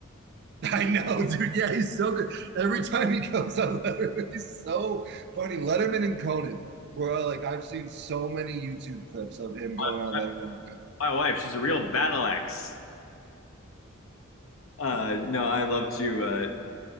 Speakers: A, on the right; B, on the left.
A: <laughs> I know, dude. Yeah, he's so good. Every time he goes on Letterman, he's so funny. Letterman and Conan, where like I've seen so many YouTube clips of him going
B: My,
A: on
B: my
A: Letterman and Conan.
B: my wife, she's a real battle axe. Uh, no, I love to uh,